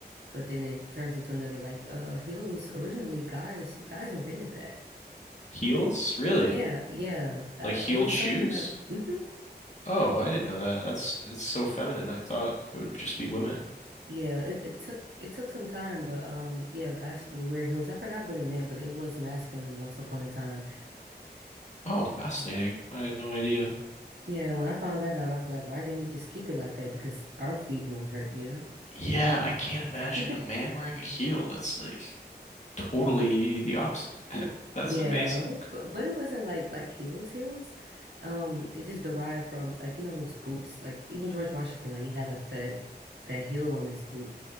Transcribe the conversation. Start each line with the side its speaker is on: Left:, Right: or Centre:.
Right: but then it turns into another. Like uh, heels originally, guys guys invented that.
Left: Heels? Really?
Right: Yeah, yeah. Uh,
Left: Like
Right: uh,
Left: heeled
Right: it was
Left: shoes?
Right: something that mhm.
Left: Oh, I didn't know that. That's it's so feminine. I thought it would just be women.
Right: Yeah, it, it took it took some time, but um, yeah, guys will wear heels. I forgot what it meant, but it was masculine once upon a time.
Left: Oh, fascinating. I had no idea.
Right: Yeah, when I found that out, I was like, why didn't we just keep it like that? Because our feet wouldn't hurt, you know?
Left: Yeah, I can't imagine
Right: <laughs>
Left: a man wearing a heel. That's like totally the opposite. <laughs> That's
Right: Yeah,
Left: amazing.
Right: but but it wasn't like like heels heels. Um, it just derived from like you know those boots. Like even George Washington, like he had like that that heel on his boot.